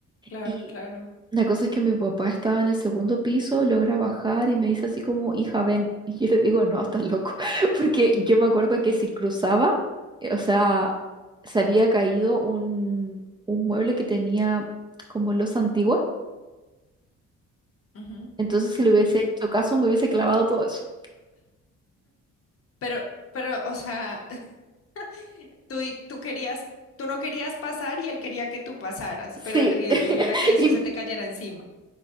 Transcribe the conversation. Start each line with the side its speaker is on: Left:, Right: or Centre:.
Left: claro,
Right: Y
Left: claro.
Right: la cosa es que mi papá estaba en el segundo piso, logra bajar y me dice así como, hija, ven. Y yo le digo, no, estás loco. <laughs> Porque yo me acuerdo que si cruzaba, eh, o sea, se había caído un, un mueble que tenía como losa antigua.
Left: Ujú.
Right: Entonces, si le hubiese hecho caso, me hubiese clavado todo eso.
Left: Pero, pero, o sea, <laughs> tú, y- tú querías, tú no querías pasar y él quería que tú pasaras,
Right: Sí.
Left: pero el riesgo
Right: <laughs>
Left: era que eso
Right: Y-
Left: se te cayera encima.